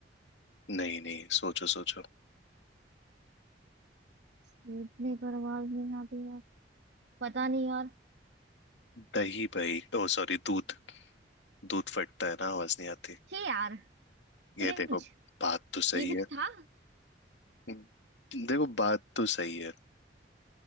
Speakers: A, on the left (about 90°); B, on the right (about 75°).
A: नहीं नहीं सोचो सोचो
B: फूटने पर आवाज नहीं आती यार पता नहीं यार
A: दही भाई ओ सॉरी दूध दूध फटता है ना आवाज नहीं आती
B: छे यार
A: ये
B: क्रिंज
A: देखो बात तो सही
B: ये कुछ
A: है
B: था
A: हम्म, देखो बात तो सही है